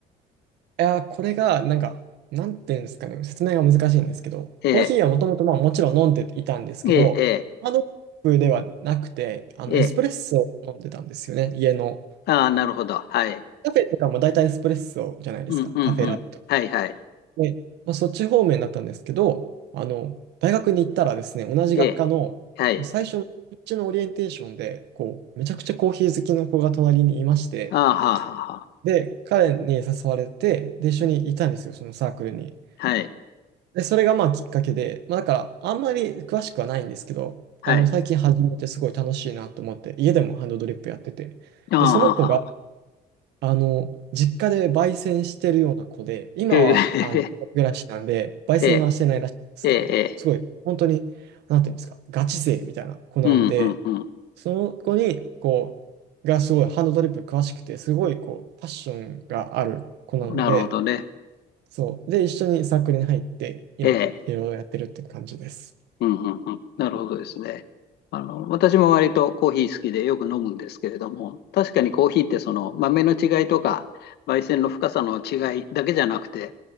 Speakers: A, on the right (about 80°); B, on the left (about 75°).
A: いやー、これが、なんか、なんていうんですかね、説明が難しいんですけど、
B: ええ、
A: コーヒーはもともと、まあ、もちろん飲んでいたんですけど、
B: ええ、ええ、
A: ハードコップではなくて、あの、
B: ええ。
A: エスプレッソを飲んでたんですよね、家の。
B: ああ、なるほど。はい。
A: カフェとかも大体エスプレッソじゃないですか、
B: うんうんうん。
A: カフェラテとか。
B: はいはい。
A: で、まあ、そっち方面だったんですけど、あの、大学に行ったらですね、同じ学科の最初の、
B: ええ、はい。
A: うちのオリエンテーションで、こう、めちゃくちゃコーヒー好きな子が隣にいまして、
B: ああ、はあはあはあ。
A: で、彼に誘われて、で、一緒にいたんですよ、そのサークルに。
B: はい。
A: で、それがまあきっかけで、まあだからあんまり詳しくはないんですけど、
B: はい。
A: あの最近始めてすごい楽しいなと思って、家でもハンドドリップやってて、
B: ああ、
A: で、
B: はあはあ。
A: その子があの実家で焙煎してるような子で、今はあの一人暮らしなんで、
B: へえ、え
A: 焙煎はしてないらしいんですけど、
B: え、ええ、え
A: すごい本当に、
B: え。
A: なんていうんですか、ガチ勢みたいな子なんで、
B: うん、うん、うん。
A: その子にこう、がすごいハンドドリップ詳しくて、すごいこう、パッションがある子なので、
B: なるほどね。
A: そう。で、一緒にサークルに入って、今、
B: ええ。
A: いろいろやってるって感じです。
B: うん、うん、うん。なるほどですね。あの、私も割とコーヒー好きでよく飲むんですけれども、確かにコーヒーってその豆の違いとか、焙煎の深さの違いだけじゃなくて、